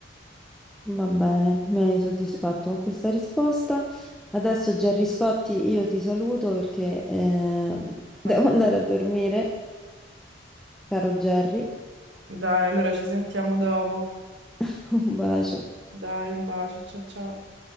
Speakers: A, in the centre; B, on the right.
A: Va bene, mi hai soddisfatto con questa risposta. Adesso, Gerry Scotti, io ti saluto perché eh, <laughs> devo
B: Eh,
A: andare a dormire, caro Gerry.
B: Dai, allora ci sentiamo dopo.
A: <laughs> Un bacio.
B: Dai, un bacio, ciao ciao.